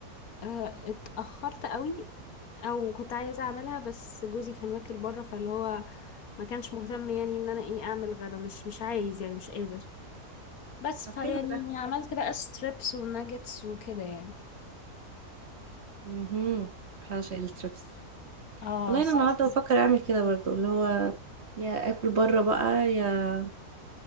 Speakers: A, on the left (about 70°); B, on the right (about 45°).
A: آه، اتأخرت قوي او كنت عايزة اعملها بس جوزي كان واكل بره فاللي هو ما كانش مهتم يعني ان انا ايه اعمل غدا مش مش عايز يعني مش قادر بس
B: طب
A: فيعني
B: حلو ده
A: عملت بقى ستريبس وناجتس وكده يعني
B: امم بحاشا الستريبس
A: اه
B: والله انا
A: س-
B: النهارده
A: س-
B: بفكر اعمل كده برضو اللي هو يا اكل بره بقى يا